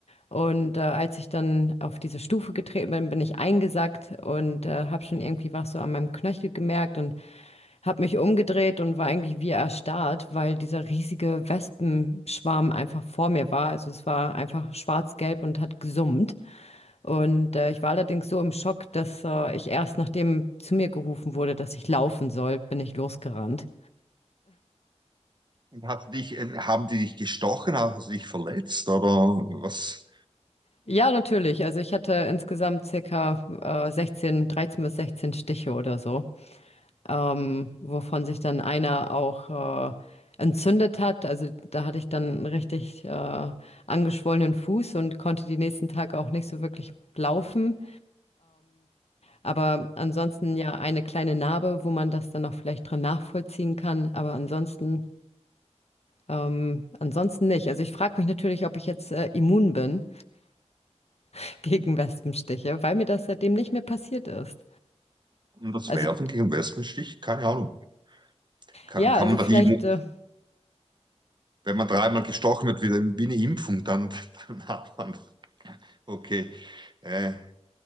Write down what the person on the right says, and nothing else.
und Hat dich, äh, haben die dich gestochen, hast du dich verletzt oder was?
Und das
Werfen gegen Wespenstich? Keine Ahnung. Kann,
kann
man da
die, Immu-
wenn man dreimal gestochen wird, wie, wie eine Impfung, dann, <laughs> dann hat man, okay, äh,